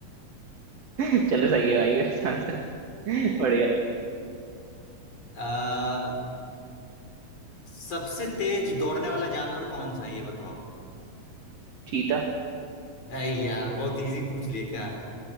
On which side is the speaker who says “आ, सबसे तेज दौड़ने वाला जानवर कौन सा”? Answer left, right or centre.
Left